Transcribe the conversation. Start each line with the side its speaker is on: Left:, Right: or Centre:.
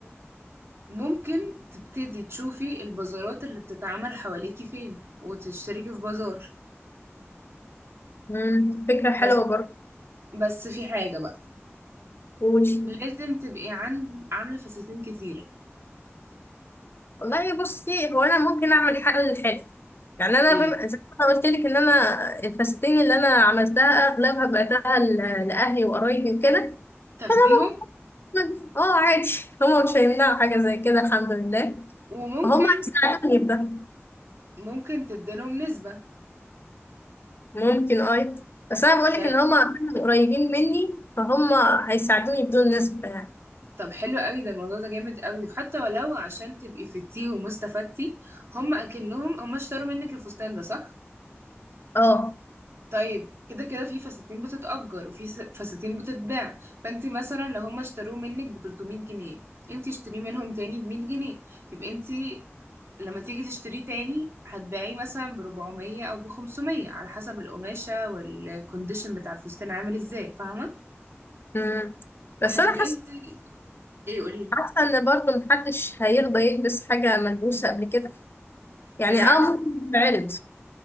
Right: ممكن تبتدي تشوفي البازارات اللي بتتعمل حواليكي فين وتشتركي في بازار
Left: مم، فكرة حلوة
Right: بس
Left: برضه
Right: بس في حاجة بقى
Left: قولي
Right: لازم تبقي عند عاملة فساتين كتيرة
Left: والله بصي هو انا ممكن اعمل حاجه للحلو يعني انا
Right: ايه
Left: بم... زي ما انا قلت لك ان انا الفساتين اللي انا عملتها اغلبها بعتها ل- لاهلي وقرايبي وكده
Right: تاخديهم
Left: فانا ممكن اه عادي <laughs> هما مش هيمنعوا حاجه زي كده الحمد لله
Right: وممكن
Left: وهم هيساعدوني بده
Right: ممكن تديلهم نسبة
Left: ممكن اه بس انا بقول
Right: يعني
Left: لك ان هما كانوا قريبين مني فهم هيساعدوني بدون نسبه يعني
Right: طب حلو قوي ده الموضوع ده جامد قوي وحتى ولو عشان تبقي فتيه ومستفدتي هم اكنهم هم اشتروا منك الفستان ده صح
Left: اه
Right: طيب كده كده في فساتين بتتأجر وفي س- فساتين بتتباع فانت مثلا لو هم اشتروه منك ب 300 جنيه انت اشتريه منهم تاني ب 100 جنيه تبقى انت لما تيجي تشتريه تاني هتبيعيه مثلا ب 400 او ب 500 على حسب القماشة والكونديشن بتاع الفستان عامل ازاي فاهمة
Left: أمم.
Right: فهتبقى
Left: بس انا حاسه
Right: انت ايه قوليلي
Left: حاسه ان برضه محدش هيرضى يلبس حاجه ملبوسه قبل كده يعني
Right: بالعكس
Left: اه ممكن تتعرض